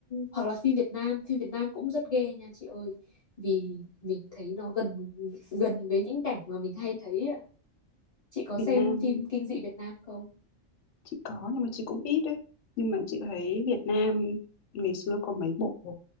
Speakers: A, on the left; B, on the left.
A: hoặc là phim Việt Nam, phim Việt Nam cũng rất ghê nha chị ơi. Vì mình thấy nó gần gần với những cảnh mà mình hay thấy ạ. Chị có
B: Việt
A: xem
B: Nam
A: phim kinh dị Việt Nam không?
B: chị có nhưng mà chị cũng ít đấy nhưng mà chị thấy Việt Nam ngày xưa có mấy bộ